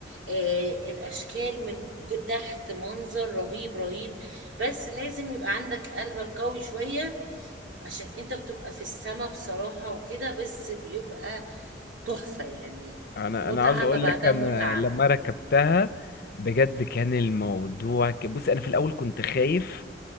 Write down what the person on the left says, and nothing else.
انا
انا عاوز اقول
لك انا
لما ركبتها بجد كان الموضوع ك- بص انا في الاول كنت خايف